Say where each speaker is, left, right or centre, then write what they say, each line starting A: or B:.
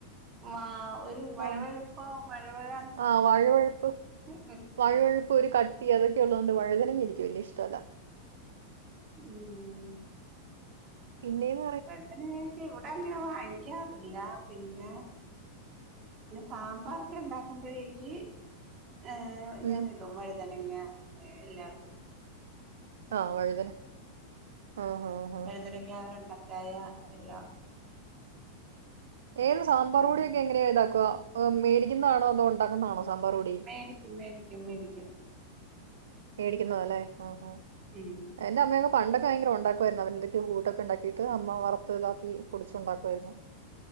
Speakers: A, on the right (about 30°); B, on the right (about 65°).
A: ആ ഒരു മഴവഴപ്പ
B: ആ
A: മഴവഴ
B: ആ വഴുവഴുപ്പ്
A: <unintelligible>
B: വഴുവഴുപ്പ് ഒരു കട്ടി അതൊക്കെയള്ളത് കൊണ്ട് വഴതന വലിയ ഇഷ്ടമല്ല
A: ഉം
B: പിന്നേം
A: <unintelligible> ക ഇവിടെ അങ്ങനെ വാങ്ങിക്കാം പിന്നെ സാമ്പാറൊക്കെ ഇണ്ടാക്കുമ്പോഴേക്ക് ഏ ഞാൻ
B: ഉം
A: ഇടും വഴുതനങ്ങ എല്ലാഇടും
B: ആഹ് വഴുതന ആഹ് ആഹ്
A: വഴുതന്നങ്ങ വെണ്ടക്കായ എല്ലാം
B: ഏത് സാമ്പാർ
A: ഉം
B: പൊടിയൊക്കെ എങ്ങനെയാണ് ഇണ്ടാക്ക മേടിക്കുന്നതാണോ അതോ ഇണ്ടാക്കുന്നാണോ സാമ്പാർ പൊടി
A: മേടിക്കും മേടിക്കും മേടിക്കും
B: മേടിക്കുന്നതോ അല്ലെ ആഹഹ
A: ഉം
B: എന്റെ അമ്മയൊകെ പണ്ടൊക്കെ ഭയങ്കര ഇണ്ടായിരുന്നു അവര് എന്തൊക്കെ കൂട്ടൊക്കെ ഇണ്ടാക്കിട്ട്മ്മ വറുത്ത് ഇതാക്കി പൊടിച്ച് ഉണ്ടാക്കുവായിരുന്നു